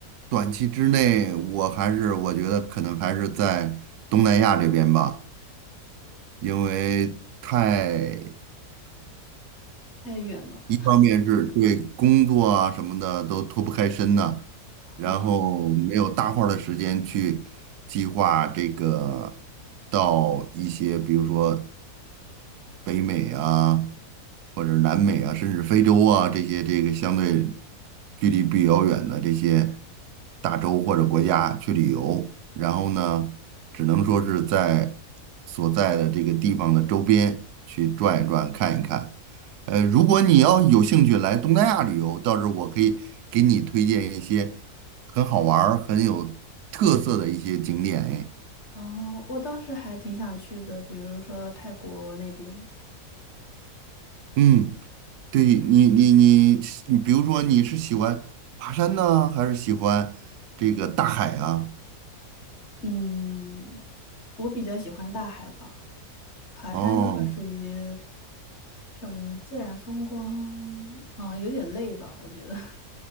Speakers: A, on the right (about 85°); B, on the left (about 45°).
A: 短期之内，我还是我觉得可能还是在东南亚这边吧。因为太
B: 太远了。
A: 一方面是对工作啊什么的都脱不开身呢，然后没有大块儿的时间去计划这个到一些，
B: 哦，
A: 比如说北美啊，或者是南美啊，甚至非洲啊这些这个相对距离比较远的这些大洲或者国家去旅游，然后呢，只能说是在所在的这个地方的周边去转一转、看一看。呃，如果你要有兴趣来东南亚旅游，到时候我可以给你推荐一些很好玩儿、很有特色的一些景点。哎，
B: 哦，我倒是还挺想去的，比如说泰国那边。
A: 嗯。对你，你你你，比如说你是喜欢爬山呢，还是喜欢这个大海啊？
B: 嗯，我比较喜欢大海吧，爬山的话属于
A: 哦，
B: 什么呢？自然风光，啊、有点累吧，我觉得。<laughs>